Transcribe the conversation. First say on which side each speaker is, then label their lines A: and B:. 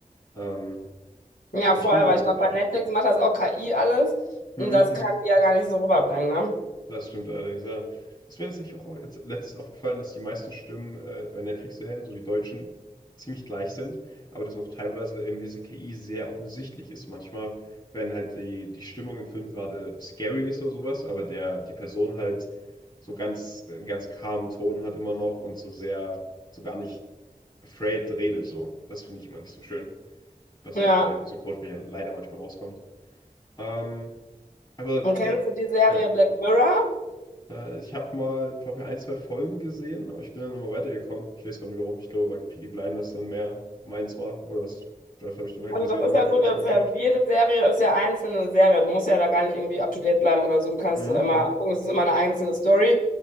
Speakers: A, on the left; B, on the left.
A: Ähm,
B: Ja,
A: aber
B: vorher,
A: ich finde,
B: weil ich glaube,
A: äh,
B: bei
A: ja.
B: Netflix macht das auch KI alles.
A: Mhm.
B: Und das kann die ja gar nicht so rüberbringen, ne?
A: Das stimmt allerdings, ja. Ist mir tatsächlich auch jetzt letztens aufgefallen, dass die meisten Stimmen äh, bei Netflix-Serien, so die deutschen, ziemlich gleich sind, aber dass auch teilweise eben diese KI sehr offensichtlich ist. Manchmal, wenn halt die, die Stimmung im Film gerade scary ist oder sowas, aber der, die Person halt so ganz, äh, einen ganz calmen Ton hat immer noch und so sehr, so gar nicht afraid redet, so. Das finde ich immer nicht so schön, was
B: Ja.
A: halt bei Synchronsprecher leider manchmal rauskommt. Ähm, aber
B: Und kennst du die Serie
A: ja.
B: Black Mirror?
A: Äh, ich habe mal, glaube ich, ein, zwei Folgen gesehen, aber ich bin dann immer weitergekommen. Ich weiß gar nicht warum. Ich glaube, weil Peaky Blinders dann mehr meins war oder was. Das habe ich dann halt
B: Also
A: gesehen
B: das
A: und
B: ist
A: habe
B: ja so,
A: mir das
B: dass
A: angeschaut.
B: ja jede Serie ist ja einzelne Serie. Du musst ja da gar nicht irgendwie up to date bleiben oder so. Du kannst
A: Mhm.
B: es immer
A: mhm.
B: angucken, es ist immer eine einzelne Story.